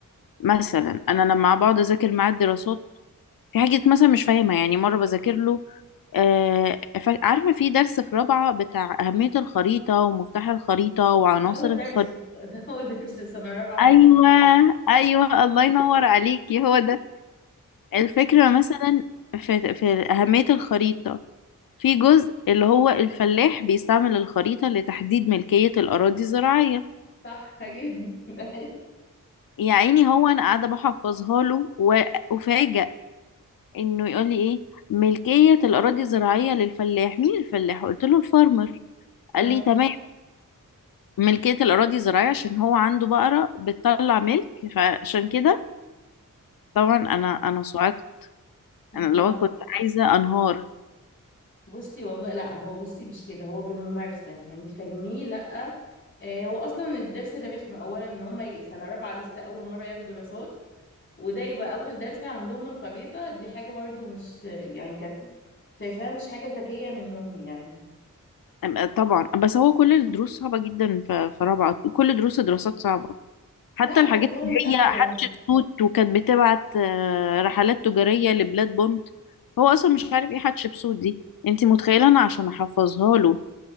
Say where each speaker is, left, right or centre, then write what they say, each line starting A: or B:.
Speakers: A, on the left (about 90°); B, on the left (about 35°).
A: فمثلا انا لما بقعد اذاكر معاه الدراسات في حاجه مثلا مش فاهمها يعني مره بذاكر له آه، ف- عارفه في درس في رابعه بتاع اهميه الخريطه ومفتاح الخريطه وعناصر
B: ده أول
A: الخريطه
B: درس ده أول درس في سنة رابعة في
A: ايوه
B: الجامعة.
A: ايوه الله ينور عليكي هو ده الفكرة مثلا في, في أهمية الخريطة في جزء اللي هو الفلاح بيستعمل الخريطة لتحديد ملكية الأراضي الزراعية
B: صح جدا <laughs>
A: يا عيني هو أنا قاعدة بحفظها له وأفاجأ إنه يقول لي إيه ملكية الأراضي الزراعية للفلاح مين الفلاح؟ قلت له الفارمر قال
B: اه
A: لي تمام ملكية الأراضي الزراعية عشان هو عنده بقرة بتطلع ملك فعشان كده طبعا أنا أنا صعقت أنا
B: ما-
A: لو كنت عايزة أنهار
B: بصي والله لا هو بصي مش كده هو بالممارسة يعني تفهميه لا آه، هو أصلا الدرس ده رخم أولا إن هما ي- سنة رابعة لسه أول مرة ياخدوا دراسات وده يبقى أول درس عندهم الخريطة دي حاجة برضو مش يعني كانت شايفاها مش حاجة ذكية منهم يعني
A: أم- آه، طبعا بس هو كل الدروس صعبة جدا ف- في رابعة كل دروس دراسات صعبة حتى
B: لا والله
A: الحاجات اللي هي
B: أبدا
A: حتشبسوت وكانت بتبعت آه، رحلات تجارية لبلاد بونت هو أصلا مش عارف ايه حتشبسوت دي انتي متخيلة أنا عشان أحفظها له